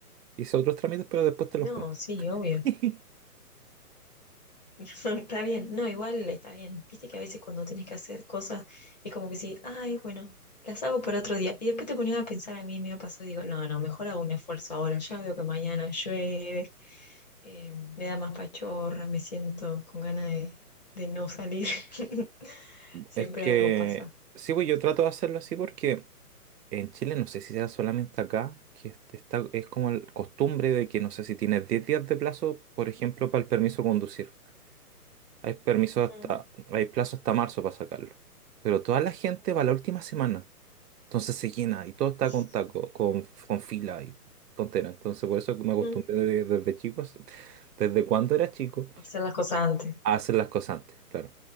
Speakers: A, on the right; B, on the left.
A: Hice otros trámites, pero después te
B: No,
A: los cuento.
B: sí, obvio.
A: <laughs>
B: <laughs> Está bien. No, igual está bien. Viste que a veces cuando tenés que hacer cosas es como que sí, ay, bueno, las hago para otro día. Y después te ponías a pensar a mí, me ha pasado y digo, no, no, mejor hago un esfuerzo ahora. Ya veo que mañana llueve, eh, me da más pachorra, me siento con ganas de, de no salir. <laughs> Siempre
A: Es que
B: algo pasa.
A: sí, pues yo trato de hacerlo así porque En Chile no sé si será solamente acá, que es- está, es como el- costumbre de que no sé si tienes 10 días de plazo, por ejemplo, para el permiso de conducir. Hay permiso hasta,
B: Mm.
A: hay plazo hasta marzo para sacarlo. Pero toda la gente va la última semana. Entonces se llena y todo
B: <laughs>
A: está con taco, con, con fila y tontera. Entonces por eso que me acostumbré
B: Mm.
A: de- desde chicos, desde cuando era chico,
B: Hacer las cosas antes.
A: a hacer las cosas antes, claro.